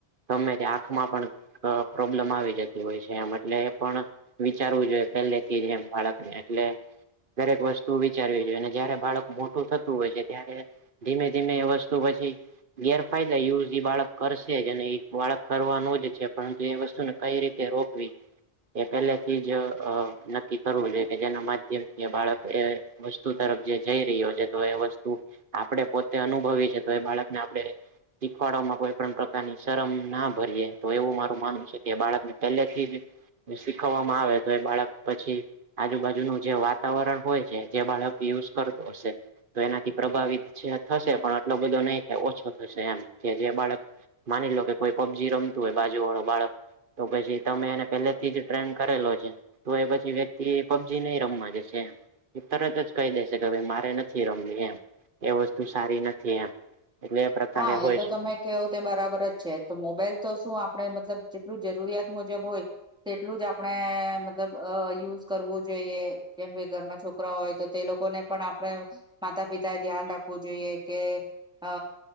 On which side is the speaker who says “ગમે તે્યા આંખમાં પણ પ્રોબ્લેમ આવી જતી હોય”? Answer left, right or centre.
Right